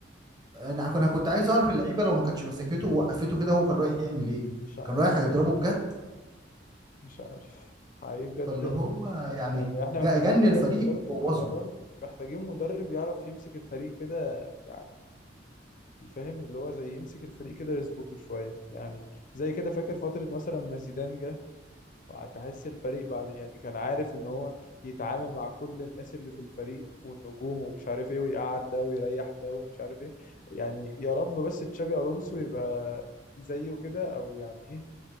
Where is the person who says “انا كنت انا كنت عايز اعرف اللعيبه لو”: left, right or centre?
Right